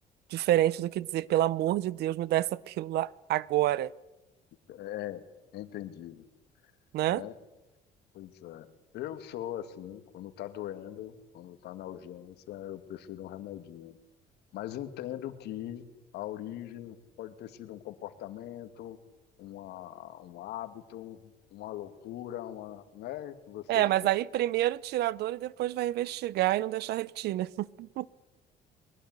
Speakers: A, on the right; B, on the left.
A: diferente do que dizer, pelo amor de Deus, me dá essa pílula agora,
B: É, é entendido,
A: né?
B: né? Pois é. Eu sou assim, quando tá doendo, quando tá na urgência, eu prefiro um remedinho. Mas entendo que a origem pode ter sido um comportamento, uma, um hábito, uma loucura, uma, né, que você
A: É,
B: fez.
A: mas aí primeiro tira a dor e depois vai investigar e não deixar repetir, né? <laughs>